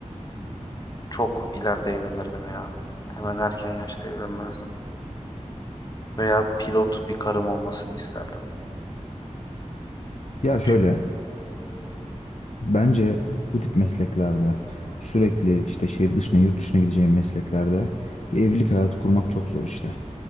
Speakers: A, on the left; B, on the left.
A: çok ileride evlenirdim ya. Hemen erken yaşta evlenmezdim. Veya pilot bir karım olmasını isterdim.
B: Ya şöyle,
A: Çünkü
B: bence bu tip mesleklerde sürekli işte şehir dışına, yurt dışına gideceğim mesleklerde bir evlilik hayatı kurmak çok zor işte.